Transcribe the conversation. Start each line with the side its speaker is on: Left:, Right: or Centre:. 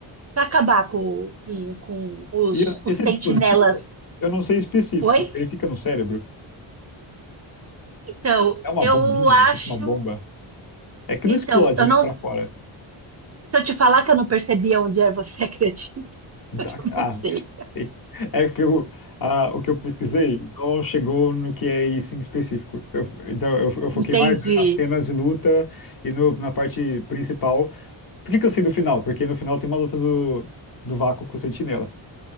Right: para acabar com, com, com os,
Left: E eu- esse
Right: os sentinelas.
Left: dispositivo, eu não sei específico.
Right: Oi?
Left: Ele fica no cérebro.
Right: Então,
Left: É uma
Right: eu
Left: bombinha,
Right: acho
Left: tipo uma bomba. É que
Right: então,
Left: não explode,
Right: eu
Left: nem
Right: não,
Left: pra fora.
Right: Se eu te falar que eu não percebia onde é, você acredita?
Left: Dá-
Right: <laughs> Eu
Left: Ah,
Right: não sei.
Left: <laughs> sei. É que eu, ah, o que eu pesquisei não chegou no que é isso em específico. Eu- então, eu, eu foquei
Right: Entendi.
Left: mais nas cenas de luta e no- na parte principal. Por que que eu sei do final? Porque no final tem uma luta do, do Vácuo com o Sentinela,